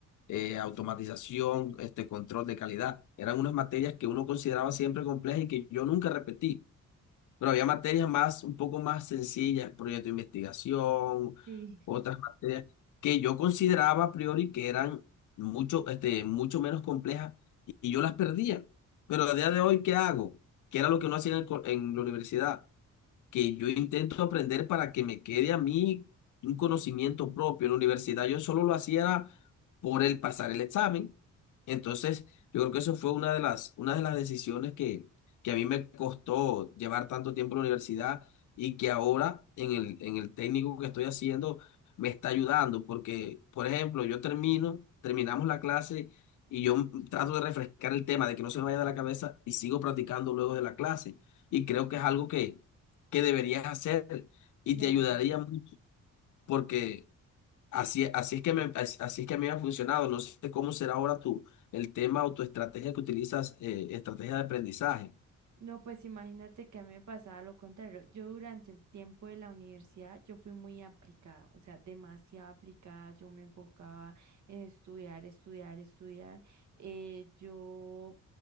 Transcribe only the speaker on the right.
Sí.
Claro.
No, pues imagínate que a mí me pasaba lo contrario. Yo durante el tiempo de la universidad, yo fui muy aplicada, o sea, demasiado aplicada. Yo me enfocaba en estudiar, estudiar, estudiar. eh, yo